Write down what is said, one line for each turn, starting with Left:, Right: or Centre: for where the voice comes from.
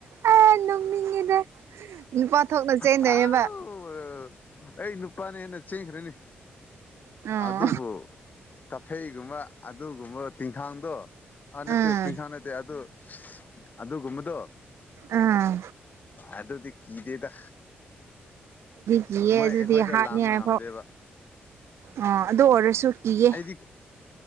Right: ꯑ ꯅꯣꯅꯤꯡꯉꯤꯗ ꯅꯨꯄꯥ ꯊꯣꯛꯅ ꯆꯦꯟꯗꯣꯏꯅꯦꯕ
Left: ꯑꯥꯎ ꯑꯩ ꯅꯨꯄꯥꯅꯦꯅ ꯆꯦꯟꯈ꯭ꯔꯅꯤ
Right: ꯎꯝ
Left: ꯑꯗꯨꯕꯨ ꯀꯐꯩꯒꯨꯝꯕ ꯑꯗꯨꯒꯨꯝꯕ ꯇꯤꯡꯈꯥꯡꯗꯣ ꯑ
Right: ꯎꯝ
Left: ꯅꯠꯇꯦ ꯇꯤꯡꯈꯥꯡ ꯅꯠꯇꯦ ꯑꯗꯨ ꯑꯗꯨꯒꯨꯝꯕꯗꯣ
Right: ꯎꯝ
Left: ꯑ ꯑꯗꯨꯗꯤ ꯀꯤꯗꯦꯗ
Right: ꯂꯤꯌꯦ
Left: ꯃꯣꯏ
Right: ꯑꯗꯨꯗꯤ
Left: ꯑꯩꯈꯣꯏꯗ
Right: ꯍꯥꯠꯅꯤ
Left: ꯂꯥꯝꯕ
Right: ꯍꯥꯏꯐꯥꯎ
Left: ꯉꯝꯗꯦꯕ
Right: ꯑꯥ ꯑꯗꯨ ꯑꯣꯏꯔꯁꯨ ꯀꯤꯌꯦ
Left: ꯑꯩꯗꯤ